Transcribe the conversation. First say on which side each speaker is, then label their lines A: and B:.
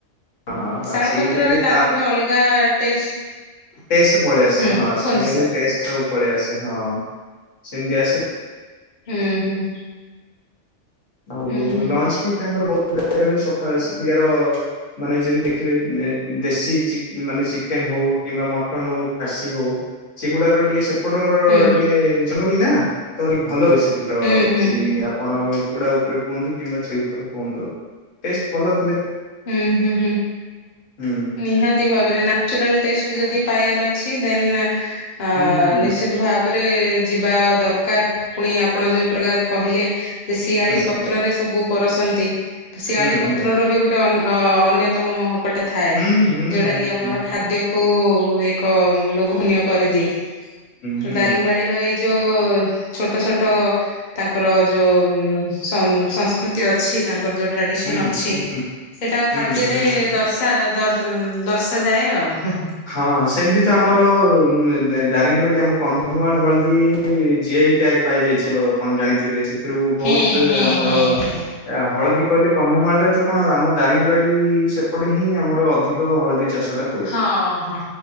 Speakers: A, on the left; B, on the left.
A: ହଁ ହଁ
B: ଶାଳ
A: ସେଇଟା
B: ପତ୍ରରେ
A: ଖାଲି
B: ତାର ଗୋଟେ ଅଲଗା ଟେଷ୍ଟ
A: ଟେଷ୍ଟ ପଳେଇ ଆସେ
B: ହୁଁ
A: ହଁ
B: କୁହନ୍ତୁ
A: ସ୍ମେଲ
B: ସାର୍
A: ଟେଷ୍ଟ ସବୁ ପଳେଇ ଆସେ ହଁ ସେମିତି ଆସେ
B: ହୁଁ ହୁଁ
A: ଆଉ
B: ହୁଁ ହୁଁ
A: ଲଞ୍ଚ ବି ତାଙ୍କର ବହୁତ ପ୍ରକାର ହୁଏ ସକାଳ ସେଠିକାର ମାନେ ଯେମିତି ଦେଖିବେ ଦେଶୀ ଚି ମାନେ ଚିକେନ୍ ହଉ କିମ୍ବା ମଟନ୍ ହଉ ଖାସି ହଉ ସେଗୁଡ଼ାକର ଟିକେ ସେପ୍ ଏପଟର
B: ହୁଁ
A: ଟିକେ ଜଙ୍ଗଲି ନା ତ ଟିକେ ଭଲ ବେଶି ଶୀତ
B: ହୁଁ ହୁଁ
A: ସେଇ
B: ହୁଁ।
A: ଆପଣ କୁକୁଡ଼ା ଉପରେ କୁହନ୍ତୁ କିମ୍ବା ଛେଳି ଉପରେ କୁହନ୍ତୁ ଟେଷ୍ଟ ଭଲ ଥିଲେ
B: ହୁଁ ହୁଁ ହୁଁ
A: ହୁଁ
B: ନିହାତି ଭାବରେ ନାଚୁରାଲ ଟେଷ୍ଟ ଯଦି ପାଇବାର ଅଛି ଦେନ୍ ଆ--ନିସ୍
A: ହୁଁ ହୁଁ
B: ତି ଭାବରେ ଯିବା ଦରକାର ପୁଣି ଆପ୍ ଆପଣ ଯଉପ୍ରକାର କହିଲେ ଯେ ଶିଆଳି
A: ହୁଁ
B: ପତ୍ରରେ ସବୁ ପରସନ୍ତି ଶିଆଳି
A: ହୁଁ ହୁଁ
B: ପତ୍ର ର ବି ଗୋଟେ ଅ ଅନ୍ୟତମ ମହକୋଟେ ଥାଏ
A: ହୁଁ ହୁଁ ହୁଁ ହୁଁ
B: ଯୋଉଟା
A: ହୁଁ ହୁଁ
B: କି ଆମର ଖାଦ୍ୟକୁ କୁ ଏକ ଲୋଭନୀୟ କରିଦିଏ ତ
A: ହୁଁ ହୁଁ
B: ଦାରିଙ୍ଗବାଡ଼ି ଏଇ ଯୋ ଛୋଟ ଛୋଟ ତାଙ୍କର ଯୋ ଉଁ ସଂ ସଂସ୍କୃତି ଅଛି ତାଙ୍କର ଯୋ ଟ୍ରାଡିସନ
A: ହୁଁ
B: ଅଛି ସେଟା
A: ହୁଁ
B: ଖାଦ୍ୟରେ
A: ହୁଁ ହୁଁ
B: ଦର୍ଶା ଦ ଉଁ ଦର୍ଶାଯାଏ ଆଉ
A: ହଁ ସେମିତି ତ ଆମର ମେ ଦେ ଦାରିଙ୍ଗବାଡି ଆମ କନ୍ଧମାଳ ହଳଦୀ ଜିଆଇ ଟ୍ୟାଗ ପାଇଯାଇଚି ଆପଣ ଜାଣିଥିବେ ତ୍ରୁ ବଉତ୍
B: ହୁଁ ହୁଁ
A: ଆମର
B: ହୁଁ ହୁଁ।
A: ଆ ହଳଦୀ କହିଲେ କନ୍ଧମାଳରେ ତ କଣ ଆମ ଦାରିଙ୍ଗବାଡି ସେପଟେ ହିଁ ଆମର ଅଧିକ ହଳଦୀ ଚାଷଟା ହୁଏ
B: ଅଁ ହଁ